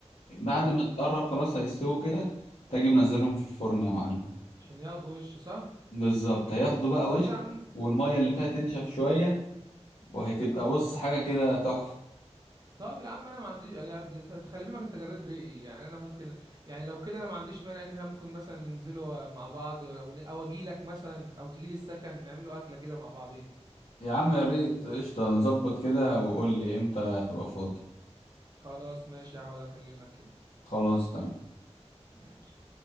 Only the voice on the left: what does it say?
بعد
ما تقرب خلاص هيستووا كده تجي منزلهم في الفرن يا معلم
بالظبط هياخدوا بقى
وش
والمية اللي فيها تنشف شوية وهتبقى بص حاجة كده تحفة
يا عم يا ريت قشطة نظبط كده وقول لي امتى تبقى فاضي
خلاص تمام